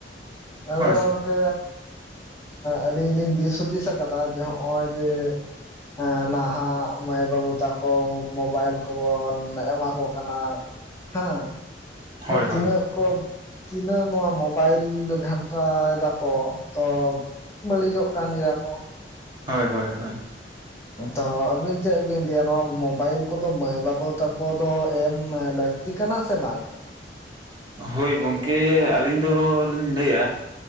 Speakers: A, on the left (about 15°); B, on the right (about 25°).
A: ᱟᱫᱚ
B: ᱦᱳᱭ ᱥᱮ
A: <unintelligible> ᱟᱹᱞᱤᱧ ᱞᱤᱧ ᱫᱤᱥ ᱦᱩᱫᱤᱥ ᱟᱠᱟᱫᱟ ᱡᱮ ᱦᱚᱜᱼᱚᱭ ᱡᱮ ᱦᱮᱸ, ᱱᱟᱦᱟᱜ ᱢᱟᱹᱭ ᱵᱟᱹᱵᱩ ᱛᱟᱠᱚ ᱢᱳᱵᱟᱭᱤᱞ ᱠᱚᱵᱚᱱ ᱮᱢᱟ ᱠᱚ ᱠᱟᱱᱟ᱾ ᱦᱮᱸ,
B: ᱦᱳᱭ
A: ᱛᱤᱱᱟᱹᱜ
B: ᱦᱳᱭ
A: ᱠᱚ ᱛᱤᱱᱟᱹᱜ ᱱᱚᱣᱟ ᱢᱳᱵᱟᱭᱤᱞ ᱜᱷᱟᱱᱴᱟᱭ ᱫᱟᱠᱚ ᱛᱚ ᱵᱟᱹᱲᱤᱡᱚᱜ ᱠᱟᱱ ᱜᱮᱭᱟ ᱠᱚ᱾
B: ᱦᱳᱭ ᱦᱳᱭ ᱦᱳᱭ᱾
A: ᱛᱚ ᱟᱹᱵᱤᱱ ᱪᱮᱫ ᱵᱤᱱ ᱞᱟᱹᱭᱟ ᱱᱚᱣᱟ ᱢᱳᱵᱟᱭᱤᱞ ᱠᱚᱫᱚ ᱢᱟᱹᱭ ᱵᱟᱹᱵᱩ ᱛᱟᱠᱚ ᱫᱚ ᱮᱢ ᱞᱟᱠ ᱛᱤ ᱠᱟᱹᱱᱟ ᱥᱮ ᱵᱟᱝ ᱠᱟᱱᱟ᱾
B: ᱦᱳᱭ ᱜᱚᱝᱠᱮ ᱟᱹᱞᱤᱧ ᱫᱚ ᱞᱤᱧ ᱞᱟᱹᱭᱟ